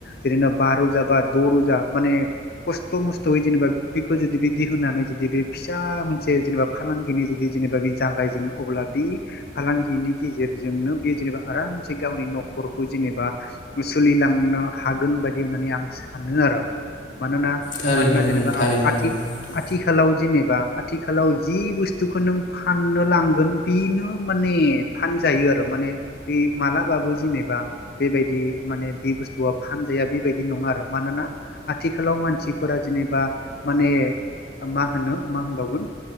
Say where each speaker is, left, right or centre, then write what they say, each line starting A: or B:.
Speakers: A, on the left (about 55°); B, on the left (about 75°).
A: जेरैनो बा रोजा बा द' रोजा माने खस्थ' मस्थ'यै जेनेबा बेखौ जुदि बिदि होनानै जुदि बे फिसा मोनसे जेनेबा फालांगिनि जुदि जेनेबा बे जागायजेनो अब्ला बि फालांगिनि गेजेरजोंनो बे जेनेबा आरामसे गावनि न'खरखौ जेनेबा सोलिलांनो हागोन बायदि होननानै आं सानो आरो मानोना
B: थारैनो
A: मानोना जेनेबा
B: ओं थारैनो
A: आथि
B: नंगौ नोंथां
A: आथिखालाव जेनेबा आथिखालाव जि बुस्थुखौ नों फाननो लांगोन बिनो माने फानजायो आरो माने बे मालाबाबो जेनेबा बेबायदि माने बे बुस्थुआ फानजाया बेबायदि नङा आरो मानोना आथिखालाव मानसिफोरा जेनेबा माने मा होनो मा होनबावगोन